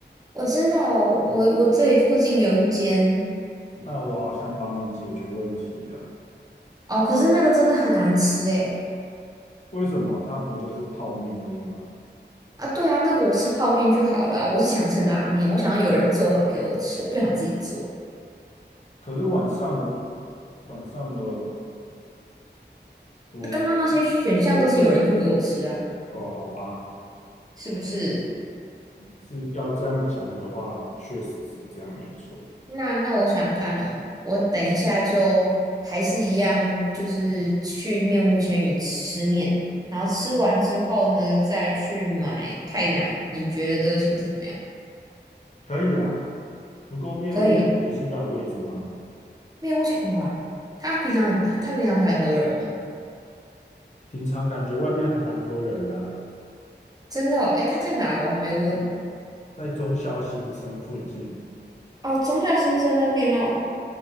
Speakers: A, on the right; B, on the left.
A: 我知道，我我这里附近有一间，
B: 那我好像帮你解决问题了。
A: 哦，可是那个真的很难吃，哎。
B: 为什么它不就是泡面而已吗？
A: 啊，对啊，那个我吃泡面就好了啊我是想吃拉面，我想要有人做好给我吃，我不想自己做。
B: 可是晚上的晚上的不
A: 那刚刚那些选项都是有人做给我吃啊，
B: 多吗？哦，好吧，
A: 是不是？
B: 是要这样讲的话，确实是这样，没错。
A: 那那我想想看哦，我等一下就还是一样，就是去面屋千云吃面，然后吃完之后呢，再去买泰奶。你觉得这个行程怎么样？
B: 可以啊，不过面屋介于现在的位置吗？
A: 可以哦，面屋千，哇，他平常他平常排很多人吗？
B: 平常感觉外面还蛮多人的啊
A: 真的哦，诶，他在哪？我还没问。
B: 在中校新生附近。
A: 哦，中校新生那边哦。